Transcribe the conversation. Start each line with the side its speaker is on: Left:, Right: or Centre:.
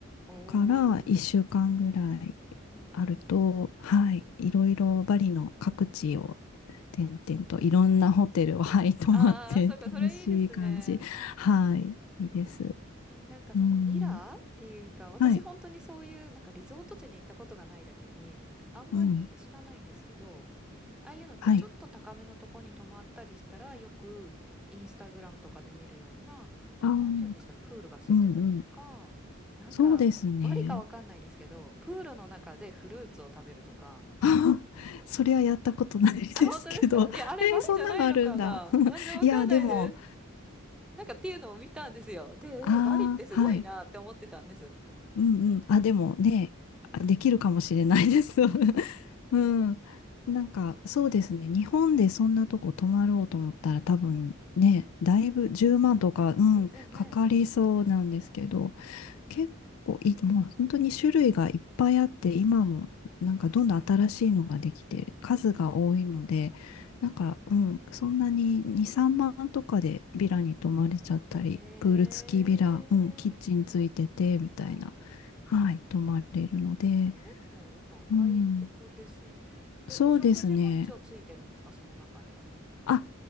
Centre: おお、
Left: から1週間ぐらい
Centre: うんうんうん。
Left: あると、はい、いろいろバリの各地を転々といろんなホテルを、
Centre: 楽しめますか？
Left: はい、泊まって楽しい感じ。
Centre: ああー、そうか、それいいですね。
Left: はい、いいです。
Centre: で、なんかそのビラっていうか、
Left: うん、
Centre: 私本当にそういうなんかリゾート地に行ったことがないだけに、
Left: はい、
Centre: あんまり知らないんですけど、
Left: うん、
Centre: ああいうのってちょっと高めのとこに泊まったりしたら、
Left: はい。
Centre: よくインスタグラムとかで見るような、
Left: ああ、うん
Centre: なんていうんですかね、プールがついてたりとか、
Left: うん。
Centre: なんかバリかわかんないんですけど、
Left: そうですね。
Centre: プールの中でフルーツを食べるとか、
Left: <laughs> それはやったことないですけど、
Centre: あ、本当ですかいや、あれバリじゃないのかななんでわかんないです。
Left: えーそんなのあるんだ。<laughs> いや、でも、
Centre: なんかっていうのを見たんですよ。
Left: <laughs>
Centre: で、えバリってすごいなって思ってたんです。
Left: ああ、はい。うんうん。あ、でもね、あできるかもしれないです。<laughs> うん。なんか、そうですね。日本でそんなとこ泊まろうと思ったら多分ね、
Centre: うん
Left: だいぶ10万とか、
Centre: ちゃくち
Left: うん、
Centre: ゃあ、全然ね。
Left: かかりそうなんですけど、
Centre: うん、
Left: 結構いい、もう本当に種類がいっぱいあって、今もなんかどんどん新しいのができて、
Centre: はい。へ
Left: 数が多いので、
Centre: え。はい。
Left: なんか、うん、そんなに2、3万とかでビラに泊まれちゃったり、
Centre: え
Left: プール付きビラ、
Centre: え、
Left: うん、キッチンついてて、みたいな、
Centre: はい。
Left: はい、泊まれるので、
Centre: え、結構やっぱお買い得ですね。
Left: うん、
Centre: で、
Left: そうですね。
Centre: お食事も一応ついてるんですか？その中には。
Left: あ、